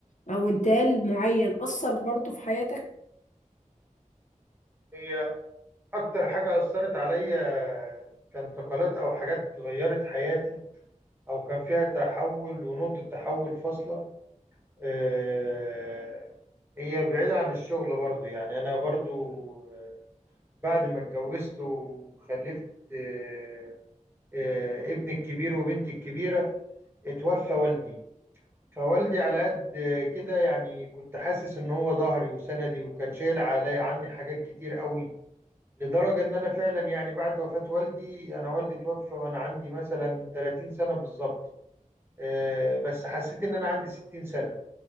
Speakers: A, on the left; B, on the right.
A: او انتقال معين أثر برضو في حياتك
B: ده اكتر حاجة اثرت عليا كانتقالات او حاجات غيرت حياتي او كان فيها تحول ونقطة تحول فاصلة آه، هي بعيدة عن الشغل برضو يعني انا برضو آه، بعد ما اتجوزت وخلفت آه، آه، ابني الكبير وبنتي الكبيرة اتوفى والدي فوالدي على قد كده يعني كنت حاسس ان هو ظهري وسندي وكان شايل عليا عني حاجات كتير قوي لدرجة إن أنا فعلا يعني بعد وفاة والدي أنا والدي توفى وأنا عندي مثلا 30 سنة بالظبط آه، بس حسيت إن أنا عندي 60 سنة